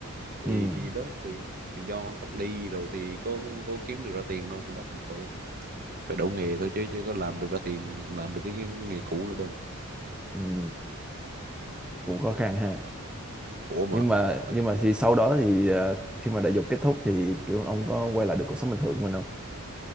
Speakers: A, on the right; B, in the centre.
A: thì
B: ừ,
A: đó vì vì do cách ly rồi thì có có kiếm được ra tiền đâu thì bắt buộc phải phải đậu nghề thôi chứ chứ có làm được ra tiền làm được cái, cái nghề cũ nữa đâu
B: ừ cũng khó khăn ha
A: khổ mà
B: nhưng mà
A: Nói
B: nhưng mà thì sau đó thì ờ, khi mà đại dục kết thúc thì kiểu ông có quay lại được cuộc sống bình thường của mình không